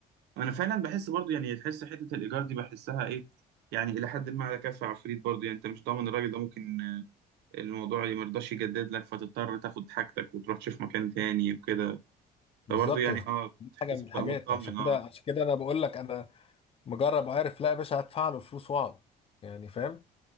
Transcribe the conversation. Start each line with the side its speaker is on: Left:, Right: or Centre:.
Right: انا فعلا بحس برضو يعني تحس حته الايجار دي بحسها ايه يعني الى حد ما على كف عفريت برضو يعني انت مش ضامن الراجل ده ممكن آه، الموضوع اللي مرضاش يجدد لك فتضطر تاخد حاجتك وتروح تشوف مكان تاني وكده
Left: بالظبط
Right: فبرضو يعني اه
Left: دي
Right: تحس
Left: حاجه من
Right: بتبقى
Left: الحاجات
Right: مطمن
Left: عشان كده
Right: اه
Left: عشان كده انا بقول لك انا مجرب وعارف لا يا باشا هدفع له فلوس واقعد يعني فاهم